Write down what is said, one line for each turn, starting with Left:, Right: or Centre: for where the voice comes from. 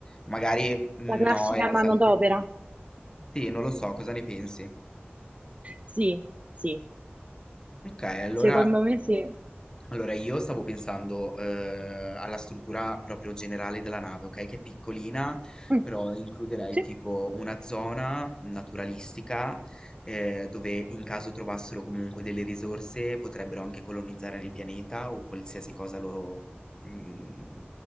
Left: Magari, mhmm,
Right: La classica
Left: no e la
Right: manodopera,
Left: saltia Sì, non lo so, cosa ne pensi?
Right: sì, sì.
Left: Okay, allora
Right: Secondo me sì.
Left: Allora, io stavo pensando, eh, alla struttura proprio generale della nave, ok? Che è piccolina,
Right: Mm,
Left: però includerei
Right: sì,
Left: tipo una zona naturalistica, eh, dove in caso trovassero comunque delle risorse, potrebbero anche colonizzare il pianeta o qualsiasi cosa loro, mm,